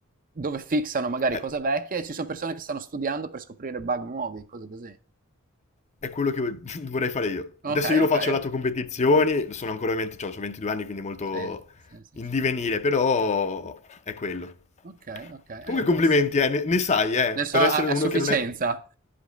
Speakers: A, on the right; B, on the left.
A: dove fixano magari
B: è
A: cose vecchie e ci son persone che stanno studiando per scoprire bug nuovi, cose così.
B: È quello che vo- <laughs> vorrei fare io.
A: Okay,
B: Adesso io lo
A: okay,
B: faccio lato
A: okay.
B: competizioni, sono ancora ovviamente, cioè, ho 22 anni, quindi molto
A: Sì, sì, sì,
B: in
A: sì.
B: divenire, però è quello.
A: Okay, okay,
B: Comunque
A: eh interessan
B: complimenti, eh, ne, ne sai, eh,
A: ne
B: per
A: so a
B: essere
A: a
B: uno
A: sufficienza.
B: che non è...